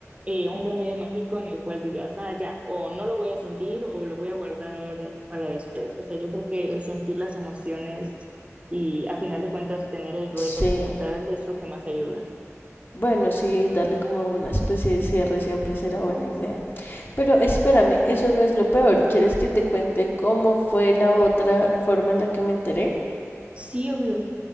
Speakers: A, on the right; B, on the left.
A: eh, un remedio mágico en el cual digas, ah, ya, o no lo voy a sentir o lo voy a guardar para después. O sea, yo creo que el sentir las emociones y a final de cuentas tener el duelo
B: Sí,
A: como tal es lo que más ayuda.
B: bueno, sí, darle como una especie de cierre siempre será buena idea. Pero espérame, eso no es lo peor. ¿Quieres que te cuente cómo fue la otra forma en la que me enteré?
A: Sí, obvio.